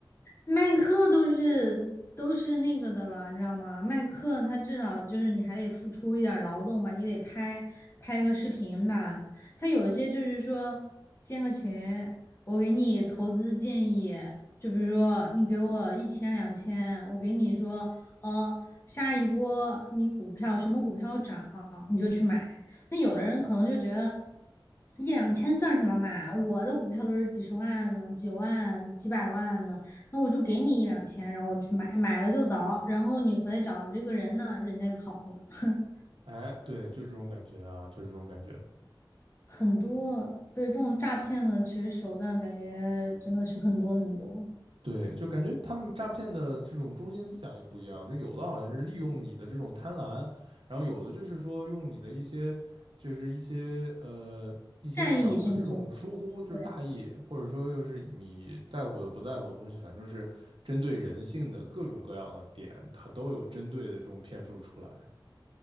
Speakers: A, on the left; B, on the right.
A: 麦克都是都是那个的了，你知道吗？麦克他至少就是你还得付出一点儿劳动吧，你得拍拍个视频吧。他有些就是说建个群，我给你投资建议，就比如说你给我一千两千，我给你说，呃，下一波你股票什么股票涨，你就去买。那有的人可能就觉得一两千算什么嘛，我的股票都是几十万的、几万、几百万的。那我就给你一两千，然后我去买，买了就走，然后你回来找这个人呢，人家就跑了。<laughs>
B: <laughs> 哎，对，就这种感觉啊，就这种感觉。
A: 很多，对，这种诈骗的其实手段感觉真的是很多很多，
B: 对，就感觉他们诈骗的这种中心思想也不一样，就有的好像是利用你的这种贪婪，然后有的就是说用你的一些，就是一些呃一些小的这种疏忽，
A: 善意甚至。
B: 就是大意，
A: 对
B: 或者说又是你在乎的不在乎的东西，反正是针对人性的各种各样的点，它都有针对的这种骗术出来。